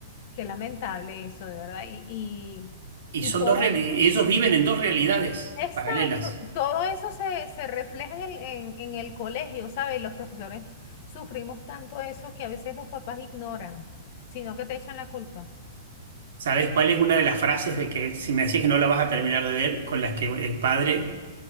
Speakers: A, on the left (about 50°); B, on the right (about 70°).
A: qué lamentable eso, de verdad. Y, y,
B: Y son
A: y todo
B: dos reali-
A: eso,
B: y ellos viven en dos realidades
A: exacto,
B: paralelas.
A: todo eso se, se refleja en el, en, en el colegio, ¿sabes? Los profesores sufrimos tanto eso que a veces los papás ignoran, sino que te echan la culpa.
B: ¿Sabes cuál es una de las frases de que si me decís que no la vas a terminar de ver, con las que el padre,